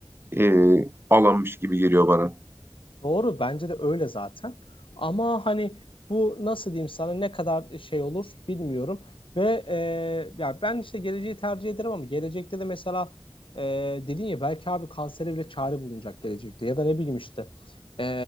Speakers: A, on the right (about 25°); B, on the left (about 75°).
A: e, alanmış gibi geliyor bana.
B: Doğru bence de öyle zaten. Ama hani bu nasıl diyeyim sana ne kadar şey olur bilmiyorum. Ve e, ya ben işte geleceği tercih ederim ama gelecekte de mesela e, dedin ya belki abi kansere bile çare bulunacak gelecekte. Ya da ne bileyim işte e,